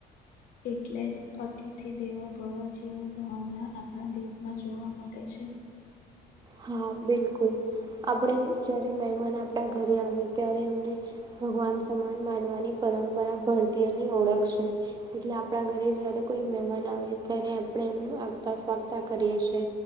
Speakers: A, on the left; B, on the right.
A: એટલે જ અતિથિ દેવભવા જેવ ભાવના આપણા દેશમાં જોવા મળે છે.
B: હા બિલકુલ. આપણે જયારે મહેમાન આપડા ઘરે આવે ત્યારે એમને ભગવાન સમાન માનવાની પરંપરા ભારતીયોની ઓળખ છે. એટલે આપણા ઘરે જયારે કોઈ મહેમાન આવે ત્યારે આપણે એમ આગતા સ્વાગતા કરીએ છે.